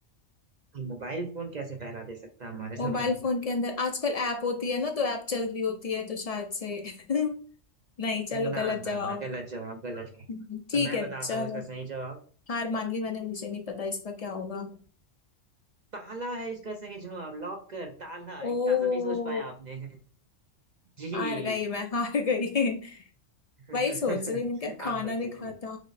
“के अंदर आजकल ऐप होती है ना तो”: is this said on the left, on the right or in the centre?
Left